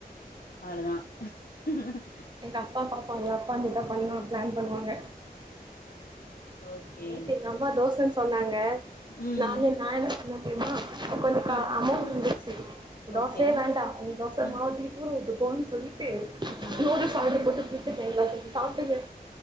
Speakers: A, on the left; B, on the right.
A: அவ்ளதா <inaudible>
B: எங்க அப்பா பாப்பாங்க அப்பா வந்து இதா பண்ணு பிளான் பண்ணுவாங்க
A: ஓகே
B: நேத்து எங்க அம்மா தோசன்னு சொன்னாங்க
A: ம்
B: நானு நா என்ன பண்ண தெரியுமா கொஞ்ச கா
A: ஆ
B: அமௌவுண்ட்டு ச்சு தோசயே
A: ஓகே
B: வேண்டா நீ தோச
A: ம்
B: மாவ தூக்கி தூற ஊத்து போன் சொல்லிட்டு
A: ஆ
B: நுடுல்ஸ் ஆடர் போட்டு <unintelligible> சாப்டுக்குவ